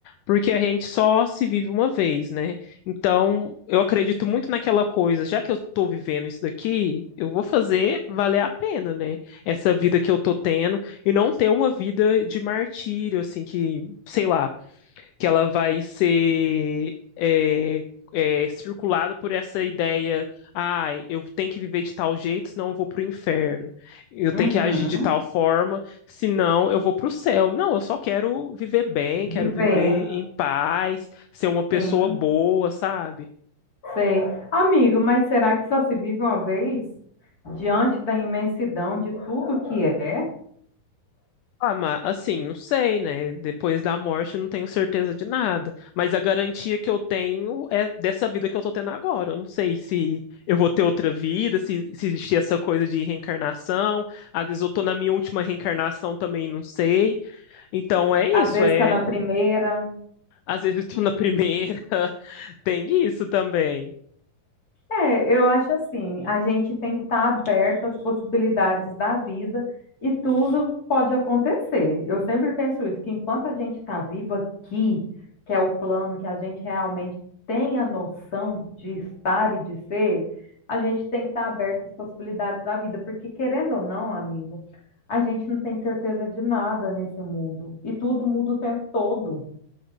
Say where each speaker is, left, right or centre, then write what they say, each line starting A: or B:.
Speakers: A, on the left; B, on the left.
A: porque a gente só se vive uma vez, né? Então, eu acredito muito naquela coisa, já que eu tô vivendo isso daqui, eu vou fazer valer a pena, né? Essa vida que eu tô tendo e não ter uma vida de martírio, assim, que, sei lá, que ela vai ser é, é, circulada por essa ideia, ai, eu tenho que viver de tal jeito, senão eu vou pro inferno. Eu
B: Uhum.
A: tenho que agir de tal forma, senão eu vou pro céu. Não, eu só quero viver bem,
B: Viver,
A: quero viver em paz, ser uma pessoa
B: sim,
A: boa, sabe?
B: sei. Amigo, mas será que só se vive uma vez? Diante da imensidão de tudo que é.
A: Ah, mas assim, não sei, né? Depois da morte eu não tenho certeza de nada. Mas a garantia que eu tenho é dessa vida que eu tô tendo agora. Eu não sei se eu vou ter outra vida, se, se existir essa coisa de reencarnação. Às vezes eu tô na minha última reencarnação também, não sei. Então é isso,
B: Às vezes
A: é.
B: está na primeira,
A: Às vezes eu tô na primeira, <laughs> tem isso também.
B: É, eu acho assim, a gente tem que estar aberto às possibilidades da vida e tudo pode acontecer. Eu sempre penso isso, que enquanto a gente está vivo aqui, que é o plano que a gente realmente tem a noção de estar e de ser, a gente tem que estar aberto às possibilidades da vida, porque querendo ou não, amigo, a gente não tem certeza de nada nesse mundo e tudo muda o tempo todo.